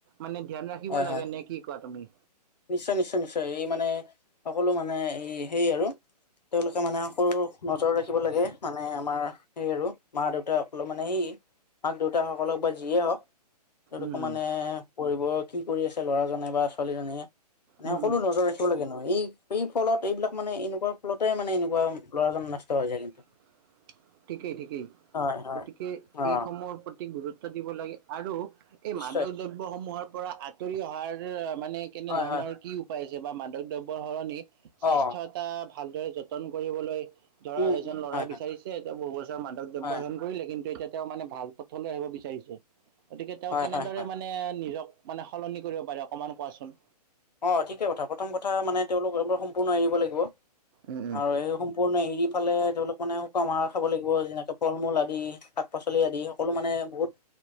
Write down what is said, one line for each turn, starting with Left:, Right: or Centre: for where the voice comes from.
Right: মানে ধ্যান ৰাখিব
Left: হয়
Right: লাগে
Left: হয়
Right: নে কি কোৱা তুমি?
Left: নিশ্চয় নিশ্চয় নিশ্চয় এই মানে, সকলো মানে এই হেই আৰু- তেওঁলোকে মানে সৰুক নজৰ ৰাখিব লাগে মানে আমাৰ- সেইয় আৰু মা দেউতাসকলৰ মানে সেই মাক দেউতা সকলক বা যিয়ে হওক। সতোক
Right: উম
Left: মানে পঢ়িব কি কৰি আছে ল'ৰাজনে বা ছোৱালীজনীয়ে- মানে
Right: উম উম
Left: সকলো
Right: উম
Left: নজৰ ৰাখিব - লাগে ন এই এই ফলত এইবিলাক মানে এনেকুৱা ফলতে মানে এনেকুৱা ল'ৰাজন নষ্ট হৈ যায় কিন্তু।
Right: <unintelligible> ঠিকেই ঠিকেই,
Left: হয় হয়
Right: গতিকে
Left: অ
Right: এইসমূহৰ প্ৰতি গুৰুত্ব দিব লাগে আৰু- এই
Left: নিশ্চয়
Right: মাদক দ্ৰব্যসমূহৰ পৰা আঁতৰি অহাৰ মানে কেনেধৰণৰ-
Left: হয় হয়
Right: কি উপায় আছে বা মাদক দ্ৰব্যৰ সলনি, স্বাস্থ্য
Left: অ
Right: এটা ভালদৰে যতন কৰিবলৈ- ধৰা
Left: উম
Right: এজন
Left: উম
Right: লৰাই
Left: হয়
Right: বিচাৰিছে
Left: হয়
Right: এতিয়া বহু বছৰ মাদক দ্ৰব্য
Left: হয়
Right: হেন লে কিন্তু এতিয়া তেওঁ মানে ভাল পথলৈ আহিব বিচাৰিছে, গতিকে তেওঁ
Left: হয়
Right: কেনেদৰে
Left: হয় হয়
Right: মানে- মানে নিজক মানে সলনি কৰিব পাৰে অকমান কোৱাচোন?
Left: অ ঠিকে কথা প্ৰথম কথা মানে তেওঁলোকব সম্পূৰ্ণ এৰিব লাগিব,
Right: উম
Left: আৰু এই- সম্পূৰ্ণ এৰি ফালে তেওঁলোকক মানে শুকামাৰ খাব লাগিব যেনেকৈ ফল মূল আদি শাক পাচলি আদি- সকলো মানে বহুত-